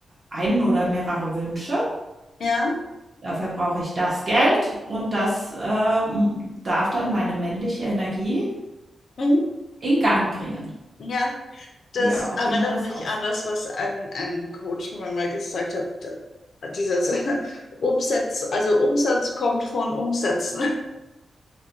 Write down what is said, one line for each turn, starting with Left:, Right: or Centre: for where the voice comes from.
Right: einen oder mehrere Wünsche
Left: ja.
Right: Dafür brauche ich das Geld und das, ähm, darf dann meine männliche Energie
Left: Mhm.
Right: in Gang bringen,
Left: Ja, Das
Right: wie auch
Left: erinnert
Right: immer das
Left: mich
Right: aussieht.
Left: an das, was ein, ein Coach von mir mal gesagt hat. Dieses <laughs> Umsatz, also Umsatz kommt von Umsätzen. <laughs>